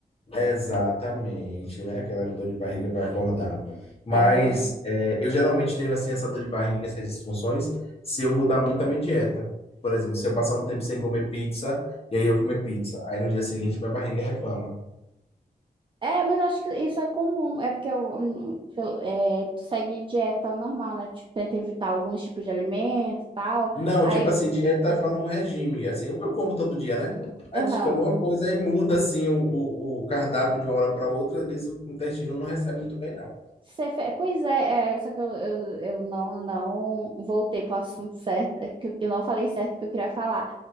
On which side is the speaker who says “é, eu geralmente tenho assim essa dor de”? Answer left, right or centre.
Left